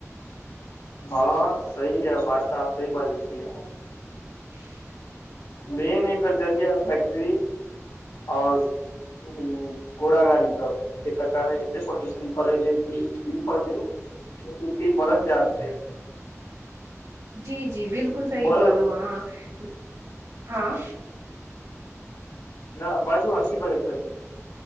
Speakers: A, on the left; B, on the right.
A: हँ सही यै बात तऽ आहा सही बाजै छी
B: ह <unintelligible>
A: मेन एकर जरिया फैक्ट्ररी और उ घोड़ा गाड़ी सब जेकर कारण एते प्रदूषण बढेत छै इ इ कहथिन मरद जात छै <unintelligible>
B: जी जी बिलकुल सही
A: बड़
B: कहलहो अहाँ
A: न बाजू असी बदल कर <unintelligible>